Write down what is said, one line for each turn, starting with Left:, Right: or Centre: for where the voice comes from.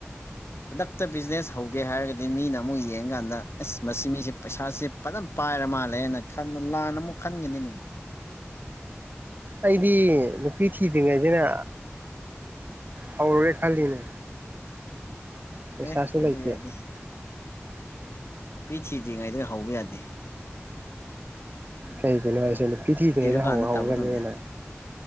Left: ꯈꯨꯗꯛꯇ ꯕꯤꯖꯤꯅꯦꯁ ꯍꯧ ꯒꯦ ꯍꯥꯏꯔꯒꯗꯤ ꯃꯤꯅ ꯑꯃꯨꯛ ꯌꯦꯡꯀꯥꯟꯗ ꯑꯁ ꯃꯁꯤ ꯃꯤꯁꯦ ꯄꯩꯁꯥꯁꯦ ꯐꯅ ꯄꯥꯏꯔ ꯃꯥꯜꯂꯦꯅ ꯈꯜꯂ ꯂꯥꯟꯅ ꯑꯃꯨꯛ ꯈꯟꯒꯅꯤꯅꯦ
Right: ꯑꯩꯗꯤ ꯅꯨꯄꯤ ꯊꯤꯗ꯭ꯔꯤꯉꯩꯗꯅ ꯍꯧꯔꯨꯔꯦ ꯈꯜꯂꯤꯅꯦ ꯄꯩꯁꯥꯁꯨ
Left: ꯑꯦ ꯑꯗꯨ
Right: ꯂꯩꯇꯦ
Left: ꯌꯥꯗꯦ ꯅꯨꯄꯤ ꯊꯤꯗ꯭ꯔꯤꯉꯩꯗꯒꯤ ꯍꯧꯕ ꯌꯥꯗꯦ
Right: ꯀꯩꯒꯤꯅꯣ ꯍꯥꯏꯁꯦ ꯊꯤꯗ꯭ꯔꯤꯉꯩꯗ
Left: ꯊꯤꯔꯀꯥꯟꯗ
Right: ꯍꯧ ꯍꯧꯔꯅꯤꯅ
Left: ꯇꯧꯒꯗꯕꯅꯦ